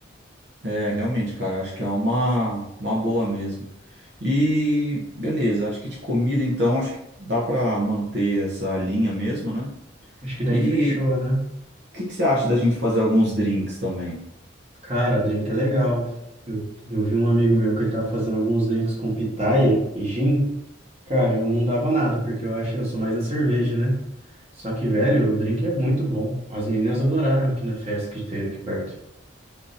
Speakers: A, on the right (about 60°); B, on the right (about 30°).
A: É, realmente, cara, acho que é uma, uma boa mesmo. E beleza, acho que de comida então, acho que dá pra manter essa linha mesmo, né?
B: Acho que daí
A: E
B: fechou, né?
A: o que que você acha da gente fazer alguns drinks também?
B: Cara, drink é legal. Eu, eu vi um amigo meu que ele tava fazendo alguns drinks com pitaia e gin. Cara, eu não dava nada, porque eu acho, eu sou mais da cerveja, né? Só que, velho, o drink é muito bom. As meninas adoraram aqui na festa que teve aqui perto.